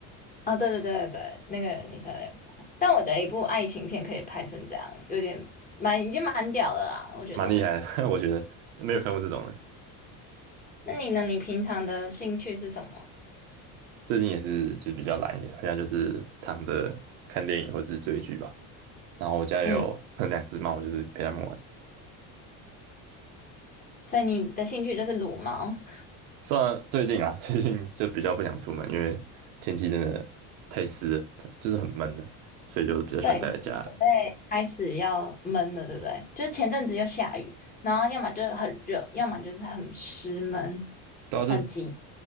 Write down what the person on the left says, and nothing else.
啊、对对对对对，那个女生有点疯，但我觉得一部爱情片可以拍成这样，有点蛮已经蛮屌的啦，我觉得。
那你呢？你平常的兴趣是什么？
嗯。
所以你的兴趣就是撸猫，
对，已经准备开始要闷了，对不对？就是前阵子又下雨，然后要么就是很热，要么就是很湿闷，
很急